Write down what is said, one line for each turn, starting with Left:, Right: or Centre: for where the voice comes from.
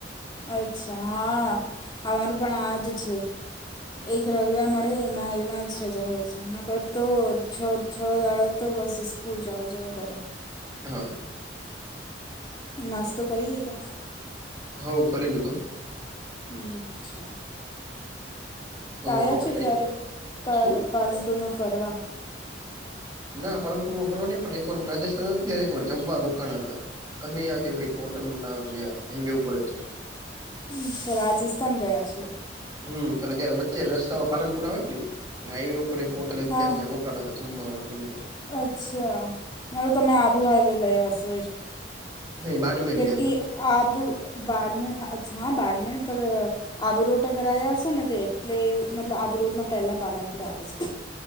Left: અચ્છા હા અમારું પણ આ જ છે. એક રવિવાર મળે એમાં એમાં જ રજા હોય છે નક તો છ છ દાળા તો બસ સ્કૂલ જાઓ જાઓ કરો.
Right: હા.
Left: નાસ્તો કરી લીધો.
Right: હ ઓ કરી લીધો.
Left: હ અચ્છા.
Right: તો
Left: આયો
Right: આપડે
Left: છે
Right: કઈક
Left: ક્યારે પા
Right: શું
Left: પાલનપુરમાં ફરવા
Right: ના પાલનપુરમાં ફરવા નઈ પણ એક વાર રાજસ્થાન ત્યારે એક વાર જમવા રોકાણા તા કનૈયા કે કઈક હોટલનું નામ જ્યાં <unintelligible> ઉપર જ છે.
Left: અચ્છા રાજસ્થાન ગયા છે
Right: હમ્મ અને ત્યારે વચ્ચે રસ્તા પાલનપુર આવે કી ની હાઈવે ઉપર એક <unintelligible> હોટલ
Left: હા
Right: તયારે રો રોકાનાતા તા જમવા માટે એ રીતે
Left: અચ્છા મારે તમે આબુ હાઈવે ગયા હશે
Right: નઈ બાડમેર
Left: કેમ
Right: ગયા હતા
Left: કે આબુ બાળમાં <unintelligible> હા બાળમાં પર આબુરોટ અગર આયા હશે ને તે એટલે મતલબ આબુરોટ ના પહેલા પાલનપુર આવે છે.